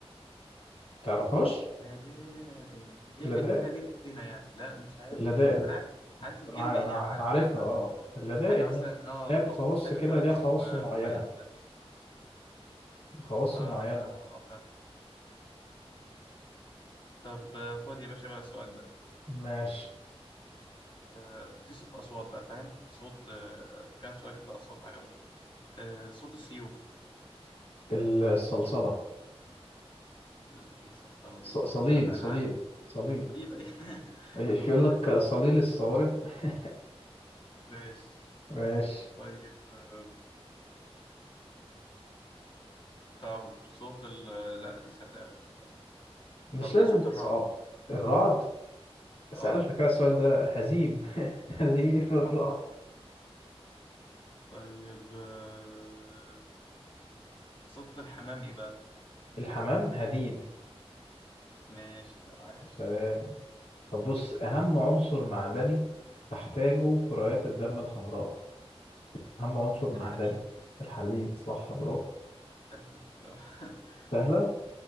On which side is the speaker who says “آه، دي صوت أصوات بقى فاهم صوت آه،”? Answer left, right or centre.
Left